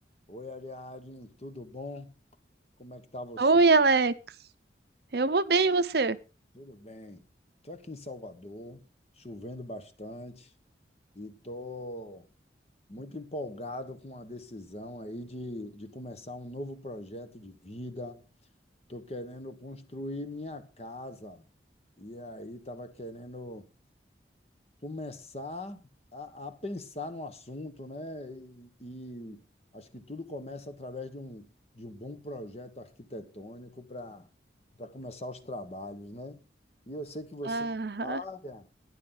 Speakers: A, on the left; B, on the right.
A: Oi, Ariadne, tudo bom? Como é que tá você?
B: Oi, Alex. Eu vou bem, e você?
A: Tudo bem. Estou aqui em Salvador, chovendo bastante e estou muito empolgado com a decisão aí de, de começar um novo projeto de vida. Estou querendo construir minha casa e aí estava querendo começar a, a pensar no assunto, né? E, e acho que tudo começa através de um, de um bom projeto arquitetônico para para começar os trabalhos, né? E eu sei que você,
B: Ah,
A: olha,